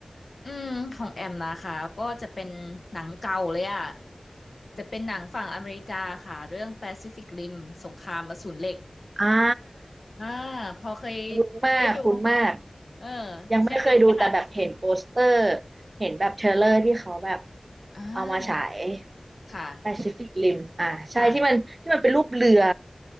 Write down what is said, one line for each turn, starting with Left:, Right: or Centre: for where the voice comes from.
Left: อืมของแอมนะคะก็จะเป็นหนังเก่าเลยอ่ะจะเป็นหนังฝั่งอเมริกาค่ะ เรื่อง Pacific Rim สงครามอสูรเหล็ก
Right: อ่า
Left: อ่าพอเคย
Right: คุ้นมากคุ้นมาก
Left: ได้ดูเออ
Right: ยังไม่เคยดูแต่แบบเห็นโปสเตอร์
Left: เคยดูไหมคะ
Right: เห็นแบบเทรลเลอร์ที่เขาแบบ
Left: อ่า
Right: เอามาฉาย
Left: ค่ะ
Right: Pacific Rim อ่าใช่ที่มันที่มันเป็นรูปเรือ
Left: ค่ะ